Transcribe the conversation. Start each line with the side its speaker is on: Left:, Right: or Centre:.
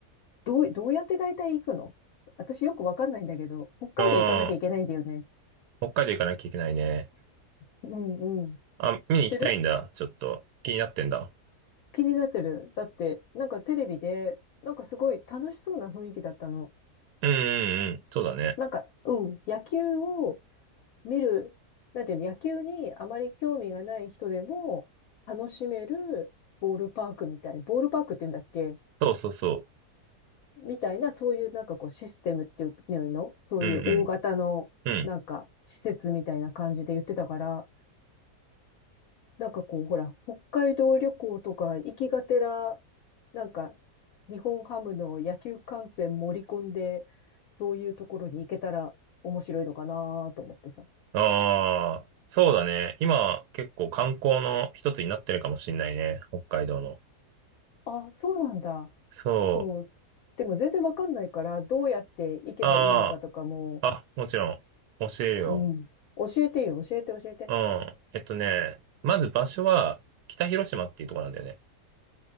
Left: どう、どうやって大体行くの私よくわかんないんだけど、北海道行かなきゃいけないんだよね。
Right: うん。北海道行かなきゃいけないね。
Left: うんうん。
Right: あ、
Left: 知ってる
Right: 見に行きたいんだ。ちょっと。気になってんだ。
Left: 気になってる。だって、なんかテレビで、なんかすごい楽しそうな雰囲気だったの。
Right: うんうんうん。そうだね。
Left: なんか、うん、野球を見る、なんていうの、野球にあまり興味がない人でも楽しめるボールパークみたい、ボールパークって言うんだっけ
Right: そうそうそ
Left: みたいな、そういうなんかこうシステムっていうの、そういう大型のなんか施設みたいな感じで言ってたから、
Right: う。うんうん。うん。
Left: なんかこう、ほら、北海道旅行とか行きがてら、なんか、日本ハムの野球観戦盛り込んで、そういうところに行けたら面白いのかなと思ってさ。
Right: ああ、そうだね。今、結構観光の一つになってるかもしんないね。北海道の。
Left: あ、そうなんだ。
Right: そう。
Left: そう。でも全然わかんないから、どうやって行けばいいのかとかも、
Right: ああ、あ、もちろん。教えるよ。
Left: うん。教えてよ、教えて、教えて。
Right: うん。えっとね、まず場所は北広島っていうところなんだよね。